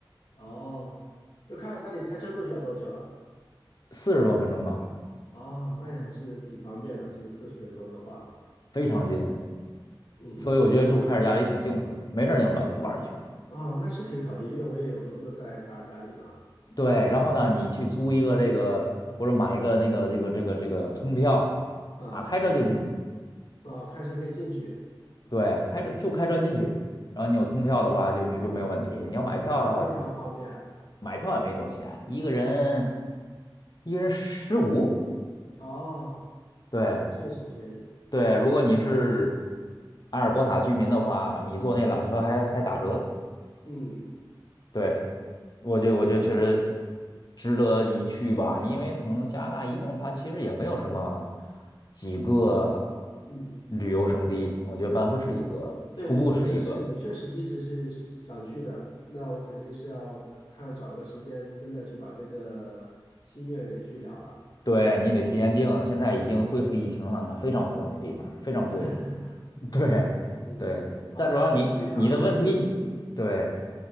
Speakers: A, on the left; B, on the left.
A: 哦，就卡尔加里开车过去要多久啊？
B: 四十多分钟吧，
A: 哦，那也还是挺方便的。其实四十分钟的话，
B: 非常近。
A: 嗯，
B: 所以我觉得住凯尔家里挺幸福的，没事儿就往班夫玩一圈。
A: 哦，那是可以考虑，因为我也有朋友在卡尔加里嘛，
B: 对，然后呢，你去租一个这个或者买一个那个这个这个这个通票啊，
A: 啊、
B: 开车就进去。
A: 那开车可以进去，
B: 对，开车就开车进去，然后你有通票的话就就就没有问题。你要买票，
A: 那非常方便。
B: 买票也没多钱，一个人一个人十五。
A: 哦，
B: 对
A: 确实便宜。
B: 对，如果你是阿尔伯塔居民的话，你坐那缆车还还打折。
A: 嗯
B: 对我觉得我觉得确实值得一去吧，因为可能加拿大一共它其实也没有什么几个
A: 嗯，
B: 旅游胜地，我觉得班夫是一个，
A: 对对对，
B: 瀑布是一个，
A: 这个是我确实一直是想去的。那我肯定是要看找个时间，真的去把这个心愿给去了了。
B: 对你得提前订，现在已经恢复疫情了，那非常火那地方，非常贵，
A: <laughs>
B: <laughs> 对对，
A: 嗯，好呀，
B: 但主要你你的问题，
A: 那非常感谢你。
B: 对